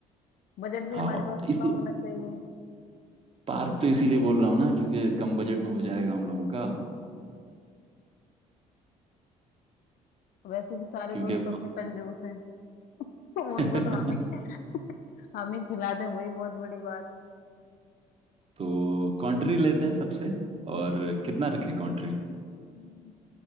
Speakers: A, on the left; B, on the right.
A: बजट भी
B: हाँ
A: हमारे पास उतना
B: तो इसी
A: होना चाहिए
B: पार्क तो इसीलिए बोल रहा हूँ ना क्योंकि कम बजट में हो जाएगा हम लोगों का
A: वैसे भी सारे
B: क्योंकि
A: दोस्त तो अपने कंजूस हैं <laughs>
B: <laughs>
A: उनको तो हम ही <laughs> हम ही खिला दें वही बहुत बड़ी बात है
B: तो कंट्री लेते हैं सबसे और कितना रखें कंट्री
A: हम्म,